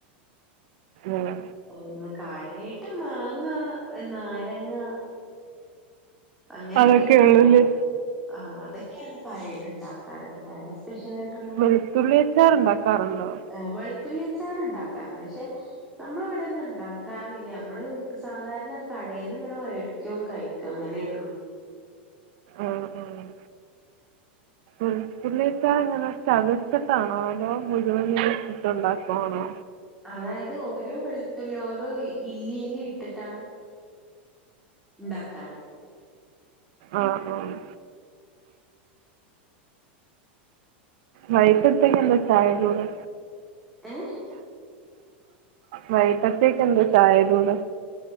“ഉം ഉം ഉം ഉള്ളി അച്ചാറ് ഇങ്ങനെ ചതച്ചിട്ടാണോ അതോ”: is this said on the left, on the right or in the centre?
Right